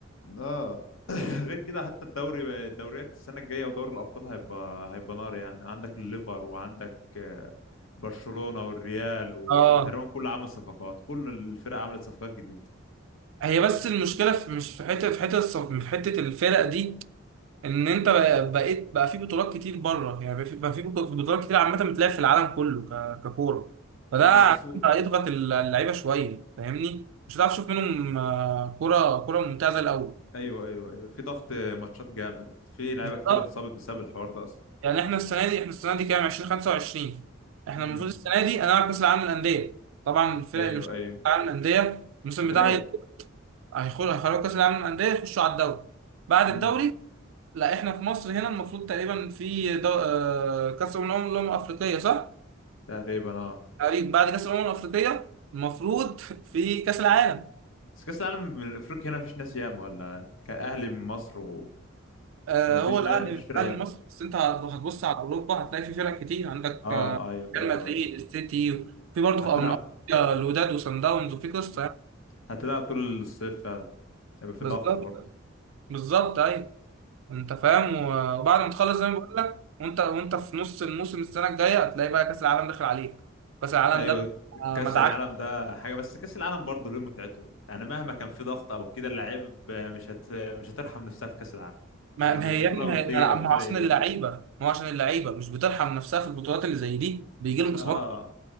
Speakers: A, on the left; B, on the right.
A: اه <laughs> <coughs> غير كده حتى الدوري الدوريات السنه الجايه ودوري الابطال هيبقى هيبقى نار يعني عندك الليفر وعندك آه، برشلونه والريال و...
B: اه
A: وتقريبا كله عامل صفقات كل الفرق عملت صفقات جديده
B: هي بس المشكله في مش في حته في حته الص- في حته الفرق دي ان انت بقى- بقيت بقى في بطولات كتير بره يعني بقى في بقى في بطو- بطولات كتير عامه بتلعب في العالم كله ك- ككوره فده
A: اه بس
B: هيضغط ال- اللعيبه شويه فاهمني مش هتعرف تشوف منهم آه، كوره كوره ممتازه الاول
A: ايوه ايوه ايوه في ضغط ماتشات جامد في لعيبه
B: بالظبط
A: كتير انصابت بسبب الحوار ده اصلا
B: يعني احنا السنه دي احنا السنه دي كام 2025 احنا
A: امم
B: المفروض السنه دي انا كاس العالم للانديه طبعا الفرق
A: ايوه
B: اللي مش في كاس
A: ايوه
B: العالم للانديه الموسم
A: هتريح
B: بتاعها هيبدأ- هيخرجوا هيخرجوا كاس العالم للانديه يخشوا على الدوري بعد
A: امم
B: الدوري لا احنا في مصر هنا المفروض تقريبا في دو... آه، كاس الامم الأمم- الامم الافريقيه صح؟
A: تقريبا اه
B: تقريبا بعد كاس الامم الافريقيه المفروض <laughs> في كاس العالم
A: بس كاس العالم من افريقيا هنا مفيش ناس ياما ولا كان اهلي من مصر وانا
B: آه،
A: مفيش
B: هو الاهلي
A: نا... مفيش
B: الاهلي
A: فرق ياما
B: المصري بس انت هتبص على اوروبا هتلاقي في فرق كتير عندك
A: اه
B: آه،
A: ايوه
B: ريال
A: ايوه
B: مدريد
A: ايوه
B: السيتي في برضه
A: هتلعب
B: في أم- الوداد وصن داونز وفي قصه
A: هتلعب طول الصيف فعلا هيبقى في
B: بالظبط
A: ضغط برضه
B: بالظبط ايوه انت فاهم و- وبعد ما تخلص زي ما بقول لك وانت وانت في نص الموسم السنه الجايه هتلاقي بقى كاس العالم داخل عليك كاس العالم
A: ايوه
B: ده بتبقى
A: كاس
B: مدعك
A: العالم ده حاجه بس كاس العالم برضه له متعته يعني مهما كان في ضغط او كده اللعيب مش هت... مش هترحم نفسها في كاس العالم
B: ما
A: يعني
B: ما
A: مش
B: هي
A: بطوله
B: يا ابني ما
A: وديه
B: هي ما
A: او
B: ما
A: كده
B: هو عشان
A: ي...
B: اللعيبه ما هو عشان اللعيبه مش بترحم نفسها في البطولات اللي زي دي بيجي لهم
A: اه
B: اصابات